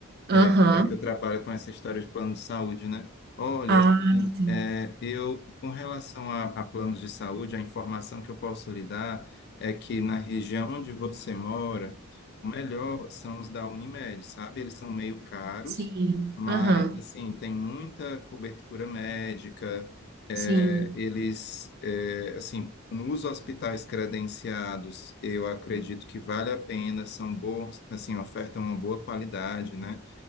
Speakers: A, on the right; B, on the left.
A: aham,
B: é, já que eu trabalho com essa história de plano de saúde, né? Olha,
A: Ah,
B: assim,
A: sim,
B: é, eu, com relação a, a planos de saúde, a informação que eu posso lhe dar é que na região onde você mora, o melhor são os da Unimed, sabe? Eles são meio caros,
A: sim,
B: mas,
A: aham,
B: assim, tem muita cobertura médica,
A: Sim,
B: é, eles, é, assim, nos hospitais credenciados, eu acredito que vale a pena, são bons, assim, ofertam uma boa qualidade, né?